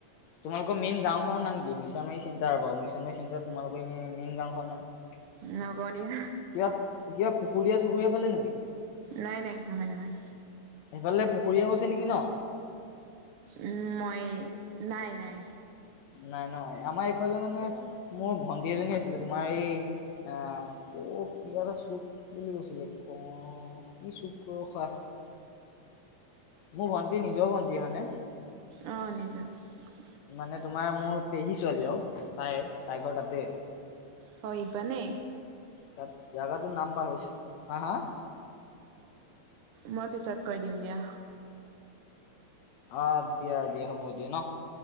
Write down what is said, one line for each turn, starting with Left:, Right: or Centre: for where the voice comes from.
Left: তোমালোকৰ মেইন গাওখনৰ নাম কি মিছামাৰী চে <unintelligible> বাৰু মিছামাৰী চেন্টাৰ তোমালোকৰ নে এনেই মেইন গাঁওখন নাম? ইয়াত
Right: নকওঁ দিয়া
Left: কিবা পুখুৰীয়া চুখুৰীয়া ফালে নেকি?
Right: নাই-নাই নহয়-নহয়।
Left: এইফালে পুখুৰীয়াও গৈছে নেকি ন?
Right: উম, ময়ে নাই-নাই।
Left: নাই নহয় আমাৰ এইফালে মানে মোৰ ভন্টি এজনী আছিলে তোমাৰ এই আহ <unintelligible> কিবা এটা চুপ বুলি কৈছিলে ক' কি চুপ ৰখা মোৰ ভণ্টি নিজৰ ভণ্টিয়ে মানে।
Right: অ, নিজৰ।
Left: মানে তোমাৰ মোৰ পেহী ছোৱালী আৰু তাই। তাই ঘৰ তাতে
Right: হয় ইপানে।
Left: তাত জাগাটো নাম পাহৰিছো হা-হা?
Right: মই পিছত কৈ দিম দিয়া।
Left: অ, দিয়া-দিয়া হ'ব দিয়া ন?